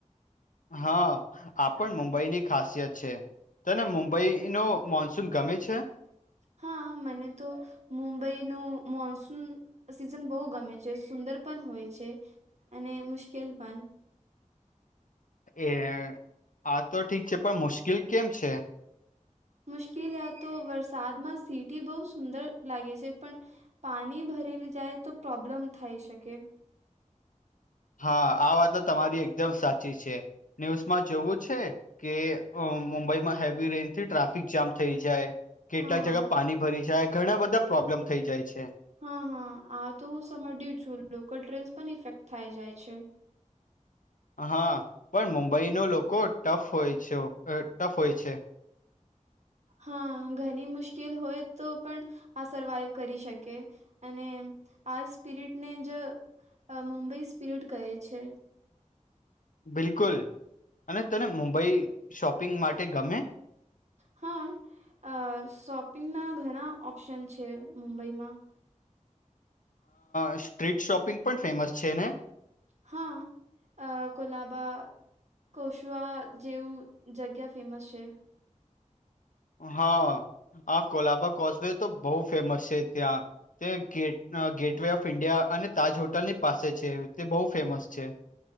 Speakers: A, on the left; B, on the right.
A: હા આપ પણ મુંબઈ ની ખાસિયત છે તને મુંબઈ નો મોન્સૂન ગમે છે?
B: હા મને તો મુંબઈ નું મોનસૂન સીઝન બઉ ગમે છે સુંદર પણ હોય છે અને મુશ્કેલ પણ
A: એ આ તો ઠીક છે પણ મુશ્કેલ કેમ છે
B: મુશ્કેલ આ તો વરસાદમાં સીટી બહુ સુંદર લાગે છે પણ પાણી ભરેલી જાય તો પ્રોબ્લેમ થાય શકે
A: હા આ વાતો તમારી એકદમ સાચી છે ન્યૂઝમાં જોવું છે કે મુંબઈમાં હેવી રેન્જ થી ટ્રાફિક જામ થઈ જાય કેટલાક
B: હા.
A: જગ્યા પાણી ભરી જાય ઘણા બધા પ્રોબ્લેમ થઈ જાય છે
B: હા હા આ તો હું સાંભળ્યું છું લોકલ ટ્રેન્સ પણ ઇફેક્ટ થાય જાય છે
A: હા પણ મુંબઈનો લોકો ટફ હોય છે ટફ હોય છે
B: હા ઘણી મુશ્કેલ હોય તો પણ આ સર્વાઈવ કરી શકે અને આ સ્પિરિટને જ મુંબઈ સ્પિરિટ કહે છે
A: બિલકુલ અને તને મુંબઈ શોપિંગ માટે ગમે
B: હા શોપિંગના ઘણા ઓપ્શન છે મુંબઈમાં
A: હ સ્ટ્રીટ શોપિંગ પણ ફેમસ છે ને
B: હા અ કોલાબા કોશવા જેવું જગ્યા ફેમસ છે
A: હા હ કોલાબા કોસવે તો બહુ ફેમસ છે ત્યાં તે gate gateway of India અને તાજ હોટલ ની પાસે છે તે બહુ ફેમસ છે